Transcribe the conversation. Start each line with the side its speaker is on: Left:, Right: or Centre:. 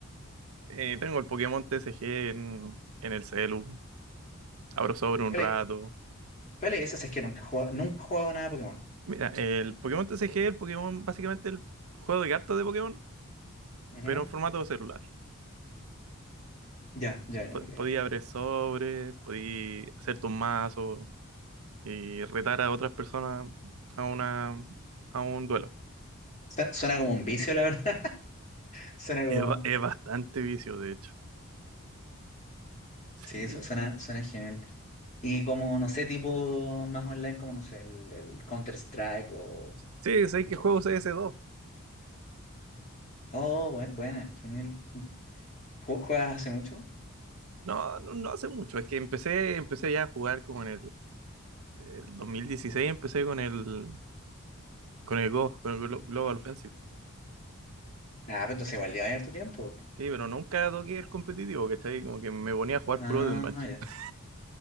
Right: eh, tengo el Pokémon TCG en, en el celu. Abro sobre
Left: ¿Cuál
Right: un rato.
Left: es, cuál es ese? Si Es que nunca he jugado, nunca he jugado nada de Pokémon.
Right: Mira, el Pokémon TCG, el Pokémon, básicamente el juego de cartas de Pokémon,
Left: Ujú.
Right: pero en formato celular.
Left: Ya, ya, ya
Right: Po-
Left: me queda
Right: podía
Left: claro.
Right: abrir sobre, podía hacer tu mazo y retar a otras personas a una, a un duelo.
Left: Su- Suena como un vicio, la verdad. <laughs> Suena como...
Right: Es, ba- es bastante vicio, de hecho. Sí.
Left: Sí, su- suena, suena genial. Y como, no sé, tipo más online, como, no sé, el, el Counter-Strike o,
Right: Sí, sé que
Left: o-
Right: juego cs dos
Left: Oh, bue- buena, genial. ¿Ju- ¿Juegas hace mucho?
Right: No, no, no hace mucho. Es que empecé, empecé ya a jugar como en el, el dos mil dieciséis empecé con el, con el Go, con el Glo- Global Offensive.
Left: Ah, pero entonces igual lleva harto tiempo.
Right: Sí, pero nunca toqué el competitivo, ¿cachai? Como que me ponía a jugar
Left: Ah,
Right: puro deathmatch.
Left: ya.
Right: <laughs>